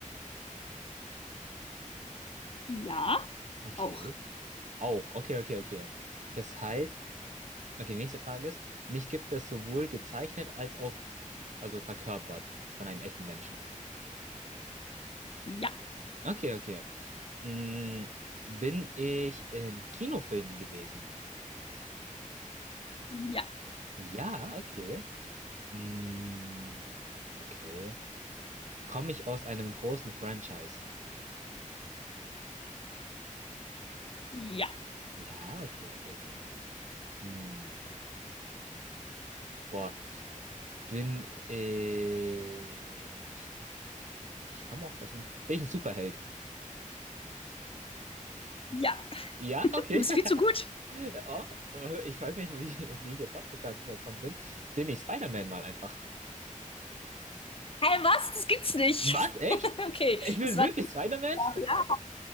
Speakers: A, on the left; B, on the right.
A: Ja,
B: Okay.
A: auch.
B: Auch. Okay, okay, okay. Das heißt, okay, die nächste Frage ist, mich gibt es sowohl gezeichnet als auch, also verkörpert von einem echten Menschen.
A: Ja,
B: Okay, okay. Mm, bin ich in Kinofilmen gewesen?
A: ja,
B: Ja, okay. Mm, okay. Komme ich aus einem großen Franchise?
A: ja,
B: Ja, okay, okay, okay. Hm, boah. Bin äh, ich. Ich komme auch aus dem. Bin ich ein Superheld?
A: ja.
B: Ja, okay.
A: Du bist
B: <laughs>
A: viel zu gut.
B: Oh, äh, ich weiß nicht, wie, wie ich jetzt auf Bekanntes gekommen bin. Bin ich Spider-Man mal einfach?
A: Hä, hey, was? Das gibt's nicht.
B: Was? Echt?
A: <laughs> Okay,
B: Ich bin
A: das war
B: wirklich Spider-Man?
A: Ja.